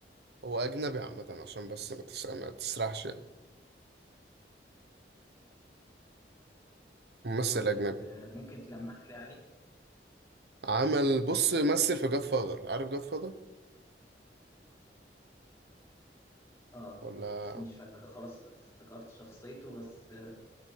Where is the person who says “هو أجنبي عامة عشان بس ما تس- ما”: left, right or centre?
Right